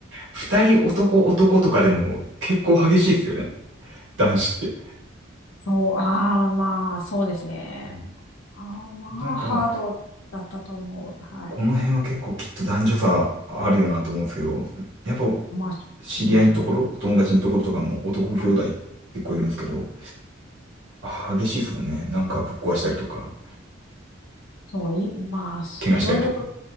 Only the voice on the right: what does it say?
二人男男とかでも結構激しいですよね。男子って。
うん
なんか、
この辺は結構きっと男女差あるよなと思うんですけど、やっぱ
知り合いのところ、
お友達のところとかも男兄弟
結構いるんですけど、やっぱ激しいですもんね。なんかぶっ壊したりとか、
怪我したりとか。